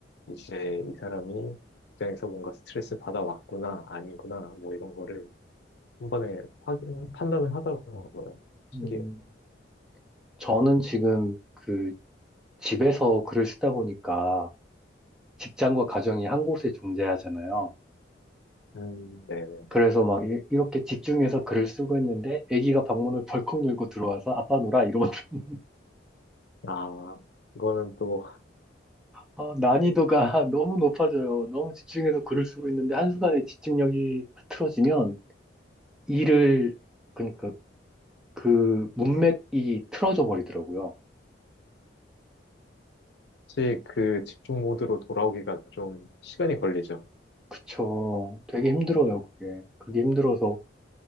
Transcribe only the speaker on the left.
이제 이 사람이 직장에서 뭔가 스트레스 받아왔구나, 아니구나, 뭐 이런 거를 한 번에 확인, 판단을 하더라고요. 신기해요.
음, 네네.
아, 그거는 또,
혹시 그 집중 모드로 돌아오기가 좀 시간이 걸리죠.
음,